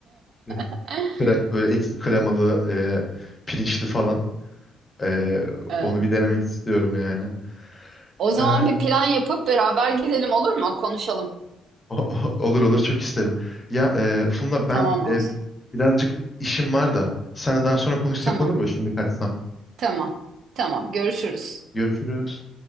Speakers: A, on the left; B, on the right.
A: <laughs>
B: <laughs>
A: kre- böyle ekşi kremalı e, pirinçli falan Ee,
B: Evet.
A: onu bir denemek istiyorum yani.
B: O zaman
A: Ee,
B: bir plan yapıp beraber gidelim olur mu? Konuşalım.
A: o- o- olur olur çok isterim. Ya e, Funda ben
B: Tamam olsun.
A: e, birazcık işim var da seninle daha sonra konuşsak
B: Tamam.
A: olur mu? Şimdi kaçsam.
B: Tamam. Tamam. Görüşürüz.
A: Görüşürüz.